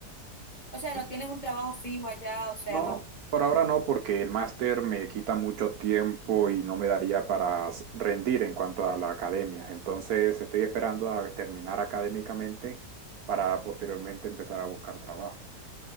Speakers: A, on the left; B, on the right.
A: O sea,
B: Y
A: no tienes un trabajo fijo allá, o sea,
B: No,
A: no.
B: por ahora no, porque el máster me quita mucho tiempo y no me daría para s- rendir en cuanto a la academia. Entonces estoy esperando a terminar académicamente para posteriormente empezar a buscar trabajo.